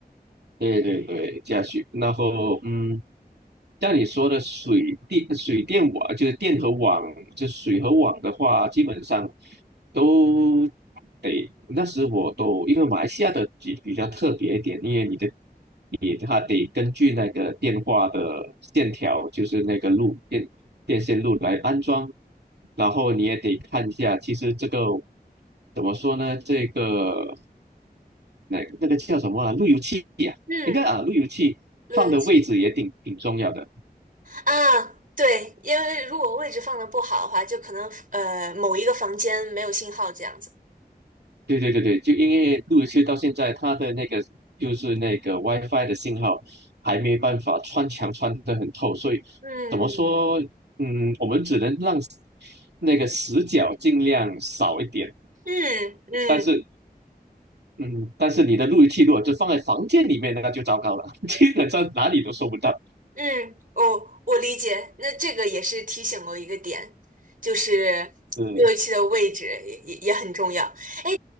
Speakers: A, on the right; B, on the right.
A: 对对对，下去，然后嗯，像你说的水电、水电网，就是电和网，就水和网的话，基本上都得。那时我都因为马来西亚的比比较特别一点，因为你的你它得根据那个电话的线条，就是那个路电电线路来安装，然后你也得看一下，其实这个怎么说呢？这个。那那个叫什么啊？路由器呀、
B: 嗯，
A: 应该啊，路由器放的位置也挺挺重要的。
B: 路由器啊，对，因为如果位置放的不好的话，就可能呃某一个房间没有信号这样子。
A: 对对对对，就因为路由器到现在它的那个就是那个 WiFi 的信号还没办法穿墙穿得很透，所以
B: 嗯
A: 怎么说？嗯，我们只能让那个死角尽量少一点，
B: 嗯嗯，
A: 但是。嗯，但是你的路由器如果就放在房间里面，那就糟糕了，<laughs> 基本上哪里都收不到。
B: 嗯，哦，我理解。那这个也是提醒我一个点，就是热器的位置也也也很重要。
A: 嗯，
B: 哎，